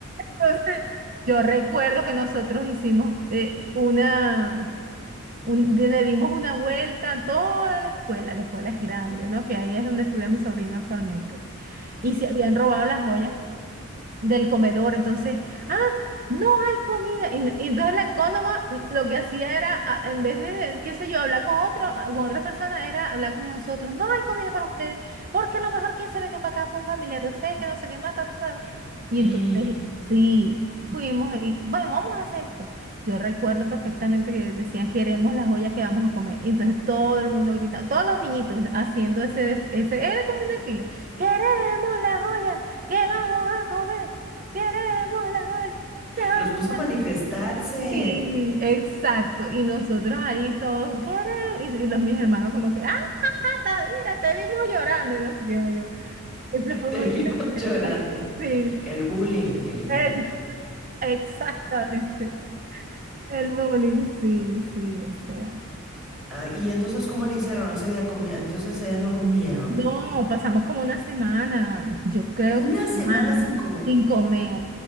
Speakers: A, on the right; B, in the centre.
A: Entonces, yo recuerdo que nosotros hicimos eh, una, un- le dimos una vuelta a toda la escuela, la escuela es grande, ¿no? Que ahí es donde estudia mi sobrino actualmente. Y se habían robado las joyas del comedor. Entonces, ah, no hay comida. Y, y entonces la ecónoma mm, lo que hacía era, ah, en vez de, qué sé yo, hablar con otro, ah, con otra persona, era hablar con nosotros. No hay comida para ustedes, porque a lo mejor quien se metió para acá fue un familiar de ustedes que no sé qué mata. ta, ta,
B: <gasps>
A: ta". Y entonces, sí. Fuimos y, bueno, vamos a hacer esto. Yo recuerdo perfectamente que decían, queremos las ollas que vamos a comer. Y entonces todo el mundo gritaba, todos los niñitos haciendo ese, def- ese, era como un desfile, queremos las ollas. ¿Qué vamos a comer? Queremos la vaina, ¿qué vamos
B: los puso
A: a-".
B: a manifestarse.
A: Sí, exacto. Y nosotros ahí todos, queremos. Y, y los mis hermanos como que, ah, ta- mira, te vimos llorando y no sé qué yo. Eso fue
B: Te
A: muy...
B: vimos <laughs> llorando.
A: <laughs> Sí,
B: El bullying que le llaman.
A: es- exactamente. El bullying, sí, sí, o sea.
B: Ah, y entonces, ¿cómo le hicieron? Ese día comi- entonces ella no comieron.
A: No, pasamos como una semana, yo creo
B: Una
A: que
B: semana
A: más,
B: sin comer.
A: sin comer.